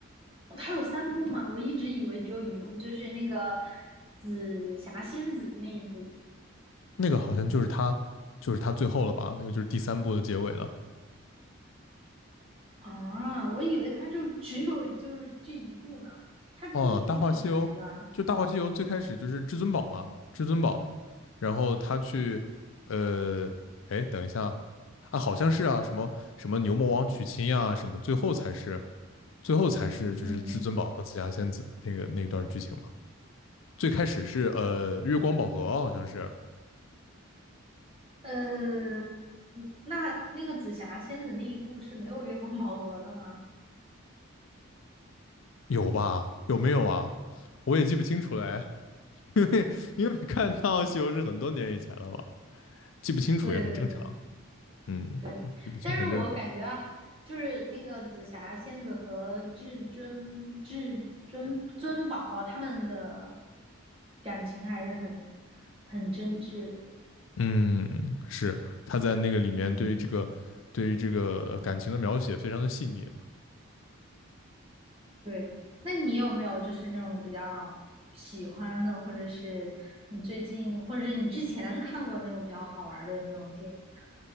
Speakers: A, on the right; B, on the left.
A: 哦他有三部吗？我一直以为只有一部，就是那个紫霞仙子那一部
B: 那个好像就是他就是他最后了吧，那个就是第三部的结尾了。
A: 啊，我以为他就只有就是这一部呢。他第一部是哪一个啊
B: 哦，《大话西游》就《大话西游》最开始就是至尊宝嘛，至尊宝，然后他去，呃，哎，等一下，啊，好像是啊，什么什么牛魔王娶亲呀、什么，最后才是最后才是就是至尊宝和紫霞仙子的那个那段剧情嘛。
A: 嗯，
B: 最开始是呃月光宝盒，好像是
A: 呃，那那个紫霞仙子那一部是没有月光宝盒的吗？
B: 有吧？有没有啊？我也记不清楚了，哎，<laughs> 因为因为看《大话西游》是很多年以前了嘛，记不清楚也很正常，
A: 对对对，
B: 嗯，
A: 对，
B: 记不清很正常。
A: 但是我感觉啊，就是那个紫霞仙子和至尊至尊尊宝他们的感情还是很很真挚的。
B: 嗯，是他在那个里面对这个对于这个呃感情的描写非常的细腻啊。
A: 嗯，对。那你有没有就是那种比较喜欢的，或者是你最近，或者是你之前看过的那种比较好玩的那种电影呢、